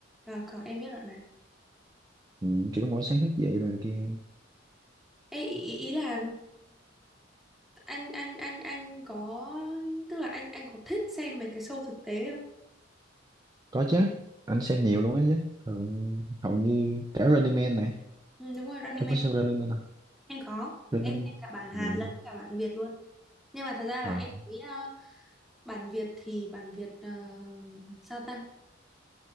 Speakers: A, in the centre; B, on the right (about 20°).
A: có, có em biết đoạn này
B: ừ, kiểu mỗi sáng thức dậy rồi kia
A: Ê, ý, ý ý là anh anh anh anh có tức là anh anh có thích xem mấy cái show thực tế không?
B: có chứ anh xem nhiều luôn á chứ ừ, hầu như cả Running Man này
A: Ừ, đúng rồi Running
B: em
A: Man
B: có xem Running Man không
A: em có
B: Running
A: em xem cả bản Hàn
B: Man
A: lẫn cả bản Việt luôn nhưng mà thật ra là
B: à,
A: em thấy ờ, bản Việt thì bản Việt ờ, sao ta